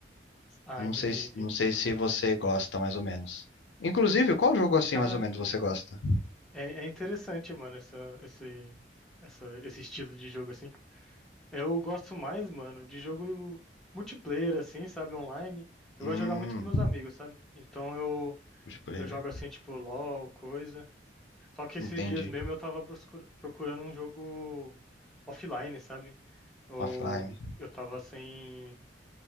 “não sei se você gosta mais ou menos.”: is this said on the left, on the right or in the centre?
Left